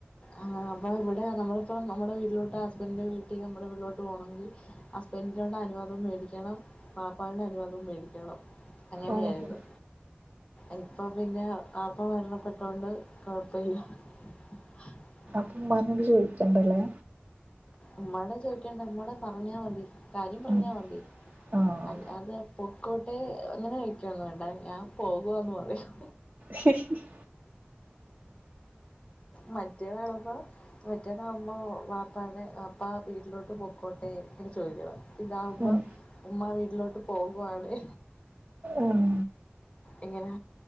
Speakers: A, on the left; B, on the right.
A: ആഹ് നമ്മളെ ഇവടെ നമ്മളിപ്പം നമ്മുടെ വീട്ടിലോട്ട് ഹസ്ബൻഡിന്റെ വീട്ടിന്ന് നമ്മടെ വീട്ടിലോട്ട് പോണേങ്കി ഹസ്ബൻഡിനോട് അനുവാദം മേടിക്കണം വാപ്പാന്റെ അനുവാദും മേടിക്കണം അങ്ങനെയായിരുന്നു
B: ഓഹോ
A: ഇപ്പൊ പിന്നെ വാപ്പ മരണപ്പെട്ടോണ്ട് കൊഴപ്പയില്ല <inaudible>
B: ഉമ്മാനൊട് ചോയിക്കണ്ടല്ലേ
A: ഉമ്മനോട് ചോയിക്കണ്ട ഉമ്മാട് പറഞ്ഞാ മതി കാര്യം പറഞ്ഞാ
B: ഉം
A: മതി
B: ആഹ്
A: അല്ലാതെ പൊക്കോട്ടെ അങ്ങനെ ചോയിക്കൊന്നും വേണ്ട ഞാൻ പോകുവാന്ന് പറയും
B: ശരി <unintelligible>
A: മറ്റേ <unintelligible> മറ്റേതാവുമ്പോ വാപ്പോട് വാപ്പാ വീട്ടിലോട്ട് പൊക്കോട്ടെ ഇങ്ങനെ ചോയിക്കണം ഇതാവുമ്പോ
B: ഉം ഉം
A: ഉമ്മാ വീട്ടിലോട്ട് പോകുവാണേ
B: ആഹ്
A: ഇങ്ങനെ